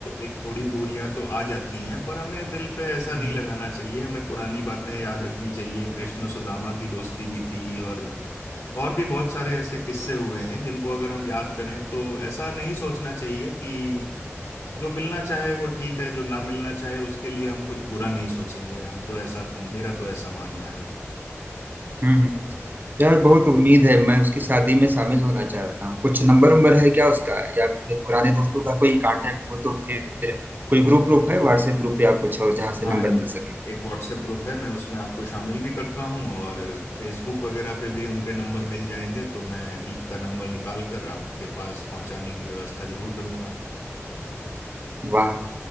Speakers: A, on the left (about 80°); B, on the right (about 40°).
A: एक थोड़ी दूरियां तो आ जाती हैं पर हमें दिल पे ऐसा नहीं
B: हम्म
A: लगाना चाहिए हमें पुरानी बातें याद रखनी चाहिए कृष्ण सुदामा की दोस्ती भी थी और और भी बहुत सारे ऐसे किस्से हुए हैं जिनको अगर हम याद करें तो ऐसा नहीं सोचना चाहिए कि जो मिलना चाहे वो ठीक है जो ना मिलना चाहे उसके लिए हम कुछ बुरा नहीं सोचेंगे हम तो ऐसा मेरा तो ऐसा मानना है
B: हम्म। यार बहुत उम्मीद है मैं उसकी शादी में शामिल होना चाहता हूँ कुछ नंबर नंबर है क्या उसका या फिर पुराने दोस्तों का कोई कांटेक्ट हो तो फिर कोई ग्रुप ग्रुप है व्हाट्सएप ग्रुप या कुछ और जहाँ
A: हाँ
B: से नंबर
A: एक
B: मिल सके
A: एक व्हाट्सएप ग्रुप है मैं उसमें आपको शामिल भी करता हूँ और फेसबुक वगैरह पे भी उनके नंबर मिल जाएंगे तो मैं दीप का नंबर निकाल कर आपके पास पहुंचाने की व्यवस्था जरूर करूंगा
B: वाह